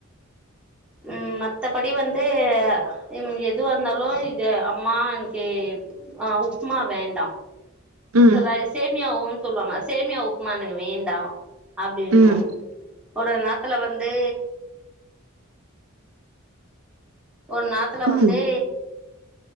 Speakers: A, in the centre; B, on the right.
A: உ மத்தபடி வந்து உ எதுவாந்தாலு இது அம்மா என்க்கி அ உப்மா வேண்டா
B: ம்
A: சதா சேமியாவு சொல்லுவாங்க சேமியா உப்மா எனக்கு வேண்டா அப்டின்னோ
B: ம்
A: ஒரு நாத்துல வந்து ஒரு நாத்துல
B: ம்
A: வந்தே